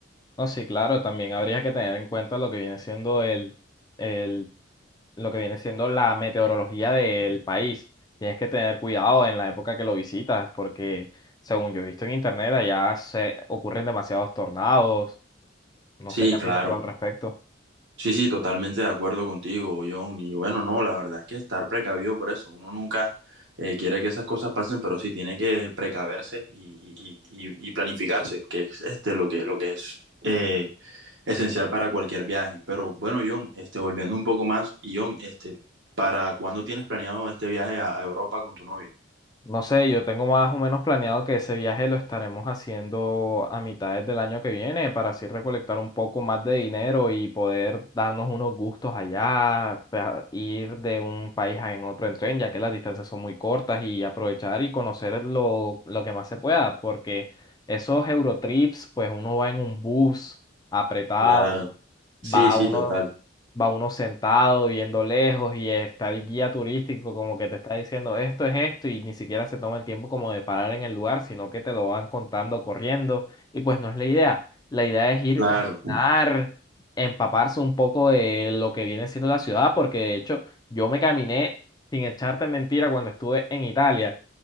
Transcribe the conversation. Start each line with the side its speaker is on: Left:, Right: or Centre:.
Left: No, sí, claro, también habría que tener en cuenta lo que viene siendo el, el, lo que viene siendo la meteorología del país. Tienes que tener cuidado en la época que lo visitas, porque según yo he visto en internet, allá se ocurren demasiados tornados. No
Right: Sí,
Left: sé qué
Right: claro.
Left: has visto tú al respecto.
Right: Sí, sí, totalmente de acuerdo contigo, John. Y bueno, no, la verdad es que estar precavido por eso. Uno nunca eh, quiere que esas cosas pasen, pero sí tiene que precaverse y, y- y- y y planificarse, que es este, lo que, lo que es eh, esencial para cualquier viaje. Pero bueno, John, este, volviendo un poco más, y John, este, ¿para cuándo tienes planeado este viaje a a Europa con tu novia?
Left: No sé, yo tengo más o menos planeado que ese viaje lo estaremos haciendo a mitades del año que viene para así recolectar un poco más de dinero y poder darnos unos gustos allá, pa- ir de un país a en otro en tren, ya que las distancias son muy cortas y aprovechar y conocer lo, lo que más se pueda, porque esos Eurotrips, pues uno va en un bus apretado,
Right: Claro. Sí,
Left: va
Right: sí,
Left: uno
Right: total.
Left: va uno sentado viendo lejos y está el guía turístico como que te está diciendo esto es esto y ni siquiera se toma el tiempo como de parar en el lugar, sino que te lo van contando corriendo y pues no es la idea. La idea es ir
Right: Claro,
Left: caminar, empaparse un poco de lo que viene siendo la ciudad, porque de hecho yo me caminé sin echarte mentira cuando estuve en Italia,